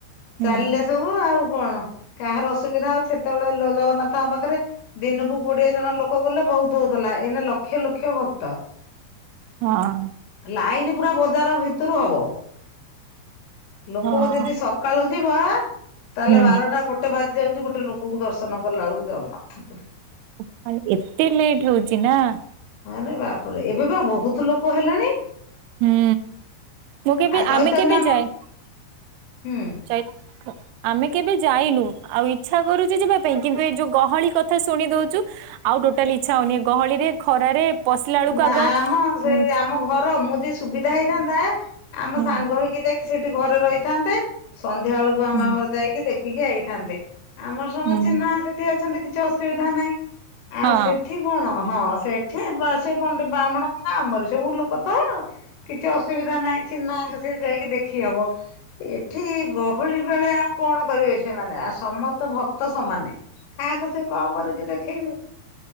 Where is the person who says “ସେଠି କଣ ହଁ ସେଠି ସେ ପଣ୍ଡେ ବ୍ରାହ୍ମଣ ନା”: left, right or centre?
Left